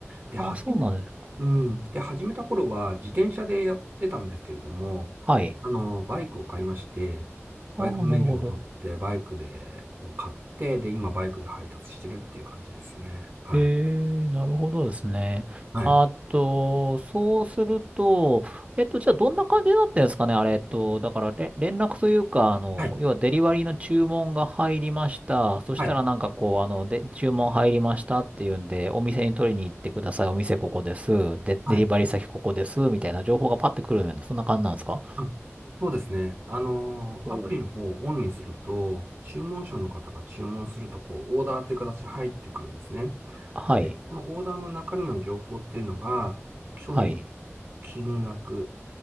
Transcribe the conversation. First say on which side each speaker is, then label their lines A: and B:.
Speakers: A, on the right; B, on the right.
A: で、始め、
B: ー、あ、そうなんですか。
A: うん。で、始めた頃は自転車でやってたんですけれども、
B: はい。
A: あの、バイクを買いまして、
B: ああ、
A: バイクの免許も取って、
B: なるほど。
A: バイクで、を買って、で、今バイクで配達してるっていう感じですね。はい。
B: ええ、なるほどですね。
A: はい。
B: あと、そうすると、えっと、じゃあどんな感じになってんですかね、あれ、えっと、だかられ、連絡というか、あの、
A: はい。
B: 要はデリバリーの注文が入りました。そしたらなんかこう、
A: はい。
B: あの、で、注文入りましたっていうんで、お店に取りに行ってください。お店ここです。で、
A: はい。
B: デリバリー先ここです。みたいな情報がパッてくるような、そんな感じなんですか
A: あそうですね。あのーアプリの方をオンにすると、
B: おう
A: 注文者の方が注文すると、こう、オーダーっていう形で入ってくるんですね。
B: はい。
A: で、このオーダーの中身の情報っていうのが、距離、
B: はい。
A: 金額、